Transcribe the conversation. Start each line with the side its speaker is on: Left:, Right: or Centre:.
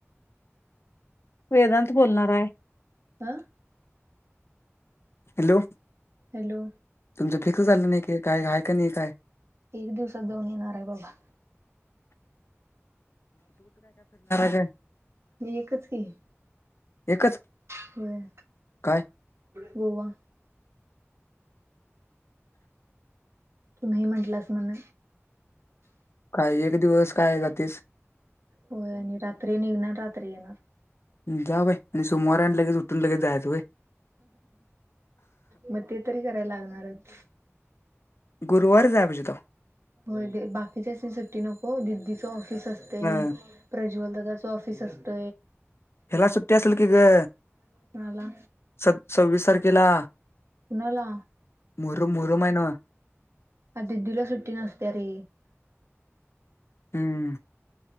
Left: वेदांत बोलणार आहे
Right: आ
Left: हॅलो
Right: हॅलो
Left: तुमचं फीक्स झालं नाही की काय आहेय का नाही काय
Right: एक दिवसात दोन येणार आहे बाबा
Left: ह
Right: मी एकच की
Left: एकच
Right: होय
Left: काय
Right: गोवा तू नाही म्हंटलास म्हण
Left: काही एक दिवस काय जातेस
Right: हो आणि रात्री निघणार रात्री येणार
Left: जा बाय आणि सोमवार आणि लगेच उठून लगेच जायच
Right: मग ते तरी करायला लागणारच
Left: गुरुवार जाय पाहिजे होत
Right: हो बाकीच्या सुट्टी नको दिदीच असते
Left: तवा
Right: प्रज्वल ददाच ऑफिस असत
Left: हला सुट्टी असल की ग
Right: कुणाला
Left: स सव्वीस तारखेला
Right: कुणाला
Left: मुरुम मुरुम आहे ना
Right: अ दिदीला सुट्टी नसते रे
Left: हम्म